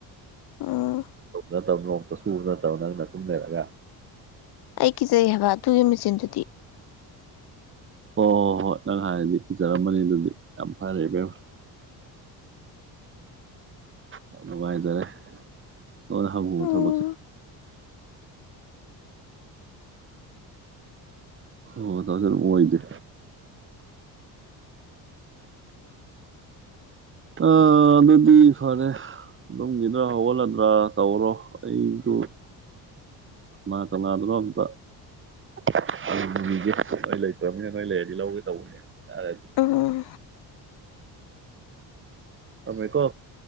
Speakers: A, on the left; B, on the right.
A: ꯑ
B: ꯅꯠꯇꯕꯅꯣ ꯑꯝꯛꯇ ꯁꯨꯕ ꯅꯠꯇꯕ ꯅꯪꯅ ꯑꯗꯨꯨꯝ ꯂꯩꯔꯒ
A: ꯑꯩ ꯀꯤꯖꯩ ꯍꯥꯏꯕ ꯑꯗꯨꯒꯤ ꯃꯦꯆꯤꯟꯗꯨꯗꯤ
B: ꯍꯣꯏ ꯍꯣꯏ ꯍꯣꯏ ꯅꯪ ꯍꯥꯏꯔꯗꯤ ꯤꯖꯔꯝꯕꯅꯤ ꯑꯗꯨꯗꯤ ꯌꯥꯝ ꯐꯔꯦ ꯏꯕꯦꯝ ꯌꯥꯝ ꯅꯨꯡꯉꯥꯏꯖꯔꯦ ꯂꯣꯟꯅ ꯍꯍꯨꯕ
A: ꯎꯝ
B: ꯊꯕꯛꯁꯦ ꯑꯣ ꯇ ꯆ ꯏꯗ ꯑ ꯑꯗꯨꯗꯤ ꯐꯔꯦ ꯑꯗꯨꯝꯒꯤꯗ꯭ꯔꯥ ꯍꯧꯒꯠꯂꯗ꯭ꯔꯥ ꯇꯧꯔꯣ ꯑꯩꯁꯨ ꯀꯅꯥ ꯀꯅꯥꯗꯅꯣ ꯑꯝꯇꯒꯦ ꯑꯩ ꯂꯩꯇꯕꯅꯤ ꯅꯣꯏ ꯂꯩꯔꯗꯤ ꯂꯧꯒꯦ ꯇꯧꯕꯅꯦ ꯌꯥꯔꯦ ꯑꯗꯨꯗꯤ
A: ꯎꯝ
B: ꯊꯃꯦ ꯀꯣ